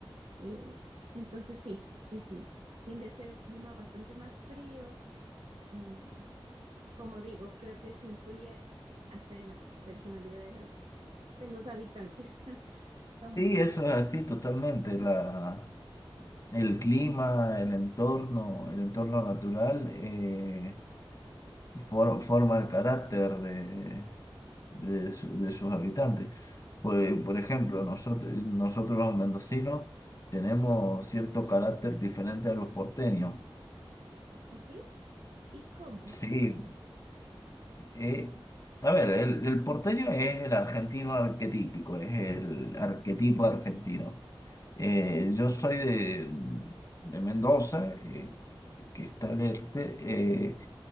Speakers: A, on the right (about 85°); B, on the left (about 35°).
A: eh, entonces sí, sí, sí. Tiende a ser el clima bastante más frío Y como digo, creo que eso influye hasta en la personalidad de, las, de los habitantes. <laughs> ¿Son
B: Sí, eso es así totalmente. La, el clima, el entorno, el entorno natural. eh, for- forma el carácter de, de, su- de sus habitantes. Pues, por ejemplo, nosotros, nosotros los mendocinos tenemos cierto carácter diferente a los porteños.
A: así? ¿Y cómo?
B: Sí, eh, a ver, el, el porteño es el argentino arquetípico, es el arquetipo argentino. Eh, yo soy de, de Mendoza, eh, que está al este, eh,